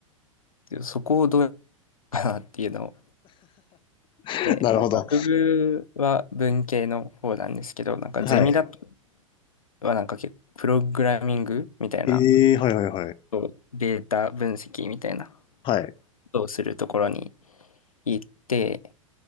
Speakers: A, on the left (about 90°); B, on the left (about 30°).
A: そこをどうかなっていうのを、
B: <laughs>
A: で、
B: なるほど。
A: まあ学部は文系の方なんですけど、なんかゼミだと
B: はい。
A: はなんか結構プログラミングみたいな、
B: ええーはいはいはい。
A: そうデータ分析みたいなこ
B: はい。
A: とをするところに行って、